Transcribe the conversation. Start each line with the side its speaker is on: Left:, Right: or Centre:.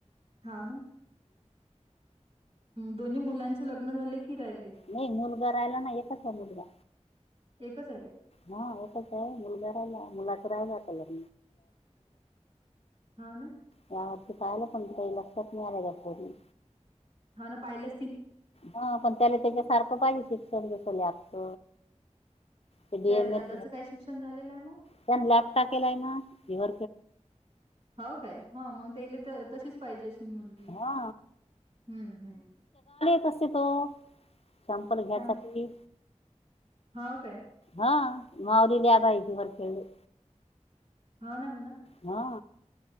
Right: हा ना दोन्ही मुलांचे लग्न झाले की राहिले?
Left: नाही मुलगा राहिला ना येतच आहे मुलगा
Right: एकच आहे काय?
Left: हा होच आहे मुलगा राहायला मुलाचं राहालाात लोड
Right: हो ना?
Left: यावरती पाहिलं पण काही लक्षात नाहीळालं त्यापोरी
Right: हा ना पाहिले
Left: हा पण त्याला त्याच्यासारखं पाहिजे शिक्षण जस लपत ते
Right: त्या
Left: डीएमल
Right: दादाचं काय शिक्षण झालेलं आहे मग
Left: त्या लॅपटा केलाय ना ह
Right: हो काय हा मग तेले तर तशीच पाहिजे अस मुलगी
Left: हा
Right: हम्म हम्म
Left: क तो संपल घ्यासाठी
Right: काय हो काय
Left: हा माऊलीली पाहिजे वर खेळले
Right: हा ना हो ना
Left: हा